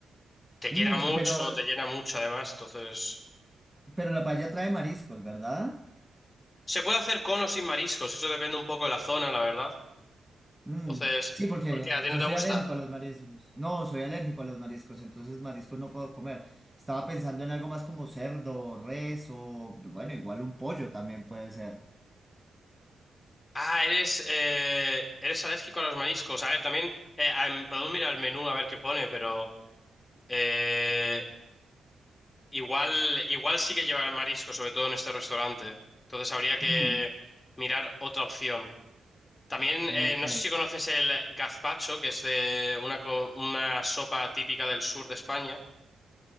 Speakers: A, on the left (about 30°); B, in the centre.
A: Te
B: mm,
A: llena mucho,
B: pero,
A: te llena mucho además, entonces...
B: pero la paella trae mariscos, ¿verdad?
A: Se puede hacer con o sin mariscos, eso depende un poco de la zona, la verdad.
B: Mm,
A: Entonces,
B: sí, porque
A: ¿por qué? ¿A ti
B: yo
A: no te
B: soy
A: gustan?
B: alérgico a los mariscos. No, soy alérgico a los mariscos, entonces mariscos no puedo comer. Estaba pensando en algo más como cerdo, res o, bueno, igual un pollo también puede ser.
A: Ah, eres, eh, eres alérgico a los mariscos. A ver, también eh, ah, em, podemos mirar el menú a ver qué pone, pero eh, igual, igual sí que lleva marisco, sobre todo en este restaurante. Entonces habría que
B: Mm,
A: mirar otra opción. También
B: ok.
A: eh, no sé si conoces el gazpacho, que es de una, co- una sopa típica del sur de España.